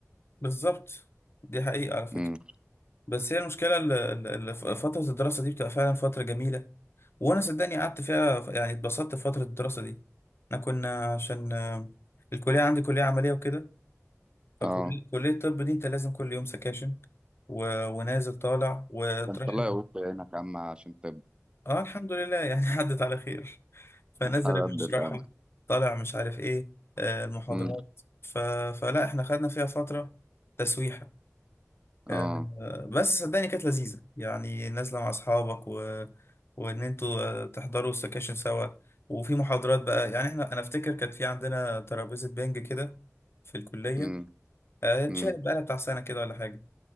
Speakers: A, on the left; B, on the right.
A: بالظبط دي حقيقة على فكرة
B: امم
A: بس هي المشكلة ال- ال- ال- فترة الدراسة دي بتبقى فعلا فترة جميلة وانا صدقني قعدت فيها يعني اتبسطت في فترة الدراسة دي احنا كنا عشان آه، الكلية عندي كلية عملية وكده فكلية
B: اه
A: كلية الطب دي انت لازم كل يوم سكاشن و... ونازل طالع وتروح
B: انت الله يقويك عينك يا عم عشان تبقى
A: اه الحمد لله يعني <laughs> عدت على خير فنزل
B: حد
A: اللي بيشرحه
B: فاهم
A: طالع مش عارف ايه آه، المحاضرات
B: امم
A: ف... فلا احنا خدنا فيها فترة تسويحة
B: اه
A: آه، بس صدقني كانت لذيذة يعني نازلة مع أصحابك و... وإن أنتوا آه، تحضروا السكاشن سوا وفي محاضرات بقى يعني احنا أنا أفتكر كانت في عندنا ترابيزة بنج كده في الكلية
B: امم
A: آه، اتشالت
B: امم
A: بقى بتاع سنة كده ولا حاجة